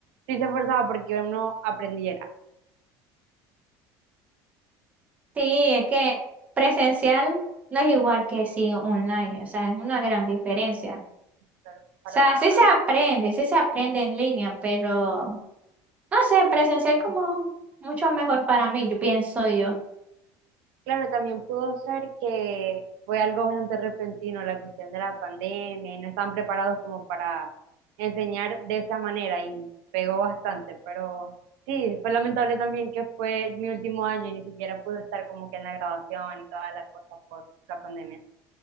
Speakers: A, on the right (about 80°); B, on the right (about 15°).
A: sí se esforzaba porque uno aprendiera.
B: Sí, es que presencial no es igual que si online, o sea, es una gran diferencia.
A: claro, para
B: O sea,
A: nada.
B: sí se aprende, sí se aprende en línea, pero no sé, presencial como mucho mejor para mí, yo pienso yo.
A: Claro, también pudo ser que fue algo bastante repentino la cuestión de la pandemia y no estaban preparados como para enseñar de esa manera y pegó bastante, pero sí, fue lamentable también que fue mi último año y ni siquiera pude estar como que en la graduación y toda la cosa por la pandemia.